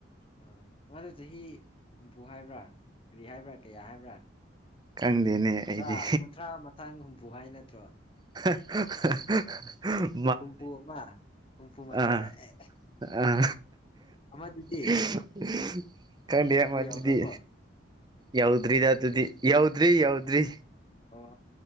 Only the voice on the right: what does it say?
ꯈꯪꯗꯦꯅꯦ
ꯑꯩꯗꯤ
<unintelligible>
ꯑꯥ
ꯑꯥ
<unintelligible> ꯈꯪꯗꯦ
ꯃꯗꯨꯗꯤ
ꯌꯧꯗ꯭ꯔꯤꯗ ꯑꯗꯨꯗꯤ ꯌꯧꯗ꯭ꯔꯤ ꯌꯧꯗ꯭ꯔꯤ